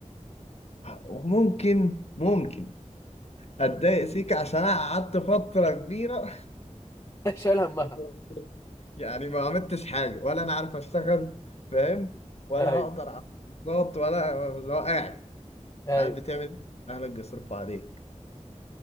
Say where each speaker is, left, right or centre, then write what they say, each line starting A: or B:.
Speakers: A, on the left; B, on the left.
A: وممكن ممكن اتضايق سيكا عشان انا قعدت فتره كبيره
B: <laughs> شايل همها
A: <laughs> يعني ما عملتش حاجه ولا انا عارف اشتغل فاهم ولا
B: ايوه
A: هقدر على الكورسات ولا لو قاعد
B: ايوه
A: قاعد بتعمل ايه اهلك بيصرفوا عليك